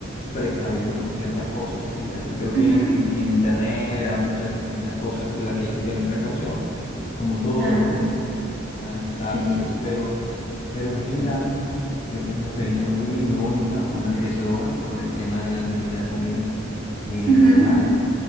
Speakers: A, on the left; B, on the right.
A: precavido con ciertas cosas y bueno, creo que
B: Ujú,
A: en, en- en internet verás muchas, muchas cosas de las que hay que tener precaución, como todo,
B: Claro,
A: ¿no? El tema de las estafas
B: sí.
A: y eso, pero, pero en general creo que es una experiencia muy bien, muy bonita, muy enriquecedora por el tema del aliment- de la comida eh,
B: Ujú,
A: local